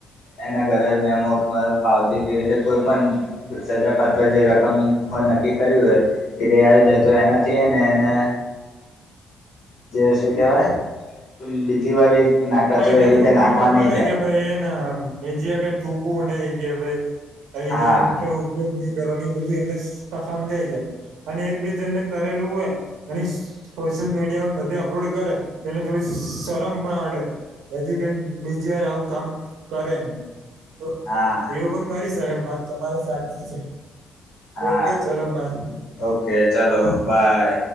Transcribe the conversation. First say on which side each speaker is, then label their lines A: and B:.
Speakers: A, on the left; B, on the right.
A: એના ઘરે મેમો, પાવતી કેવી રીતે કોઈ પણ સજા પાત્ર જે રકમ હો નક્કી કર્યું હોય, ઘેરે આવજ તો એનાથી ને એને, જે શું કેહેવાય. બીજી વાર ના કચરો
B: હા એનાથી
A: એવી રીતે
B: પણ
A: નાખવા
B: ખબર
A: નહી
B: મળે
A: જાય
B: કે ભાઈ એના મે જે કઈ થૂકવું ને કે ભાઈ, અ
A: હા
B: ક ઉપયોગની ની કરવાનું એ બધું એમને સમજાય જાય. અને એક બે જણ કરેલું હોય, અને સોશિયલ મીડિયા બધી અપલોડ કરે, તેને થોડી શરમ પાણ અડે, એથી કે બીજી વાર આવું કામ કરે, નને
A: હા.
B: કરી શકે વાત તમારી સાચ છે,
A: હા
B: ઓકે ચલો બાય.
A: ઓકે ચલો બાય.